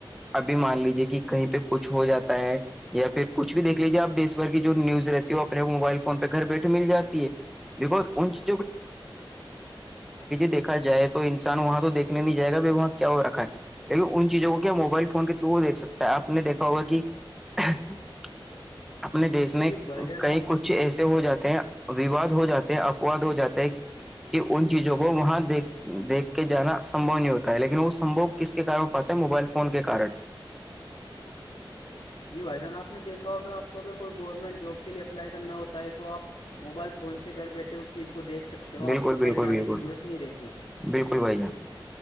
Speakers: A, in the centre; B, on the left (about 75°).
A: ابھی مان لیجے کہ کہیں پہ کچھ ہو جاتا ہے یا پھر کچھ بھی دیکھ لیجیے اپ دیش ور کی جو نیوز رہتی ہے وہ اپنے وہ موبائل فون پہ گھر بیٹھے مل جاتی ہے- ج کوت, دیکھا جائے تو انسان وہاں تو دیکھنے نہیں جائے گا- کیا ہو رکھا ہے لیکن ان چیزوں کو کیا موبائل فون کے تھرو دھ سکتا ہے آپ نے دیکھا ہوگا کہ- <inaudible> اپنے دیش میں
B: جی بھائی جان
A: کئی
B: آپ
A: کچھ ایسے ہو جاتے ہیں وواد ہو جاتے ہیں اد ہو جاتا ہے کہ
B: من
A: ان
B: تو
A: چیزوں
B: بول
A: کو
B: آواز
A: وہاں
B: ہے
A: دیکھ کے جانا سمبھو نہیں ہوتا ہے لیکن وہ سمبو کس کے کار پاتتا ہے موبائل فون کے کن
B: جی بھائی جان آپ نے دیکا ہوگا آپ کو اگر کوئی گورنمنٹ جاب کے لیے اپلائی کرنا ہوتا ہے تو آپ موبائل فون سے گھر بیٹھے اس چیز کو دیکھ سکتے تو آپ
A: بالکل
B: کو کہیں
A: بالکل
B: جانے
A: بالکل
B: کی ضرورت نہیں رہتی
A: بالکل بھائی جان